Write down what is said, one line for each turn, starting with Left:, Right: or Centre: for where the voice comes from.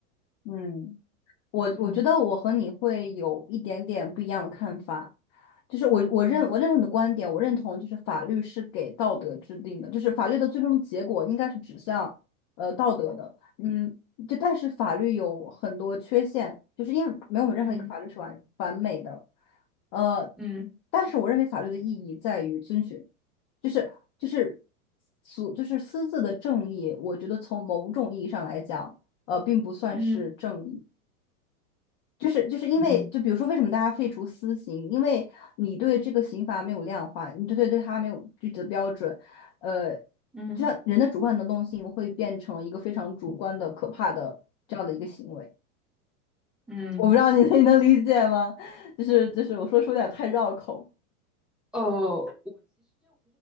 Left: 嗯。我我觉得我和你会有一点点不一样的看法，
Centre: 嗯
Left: 就是我我认我认同你的观点，
Centre: 嗯
Left: 我认同就是法律是给道德制定的，就是法律的最终的结果应该是指向呃道德的，嗯，就但是法律有很多缺陷，就是因为没有任何一个法律是完完美的，
Centre: 嗯
Left: 呃，
Centre: 嗯
Left: 但是我认为法律的意义在于遵循，就是就是俗就是私自的正义，我觉得从某种意义上来讲。呃，并不算是正义，
Centre: 嗯
Left: 就是就是因为，
Centre: 嗯嗯
Left: 就比如说，为什么大家废除私刑？因为你对这个刑罚没有量化，你对对对它没有具体的标准，呃，
Centre: 嗯
Left: 就像人的主观能动性会变成一个非常主观的、可怕的这样的一个行为。
Centre: 嗯，
Left: 我不知道你 <laughs> 能你能理解吗？<laughs> 就是就是，我说说有点太绕口。
Centre: 呃，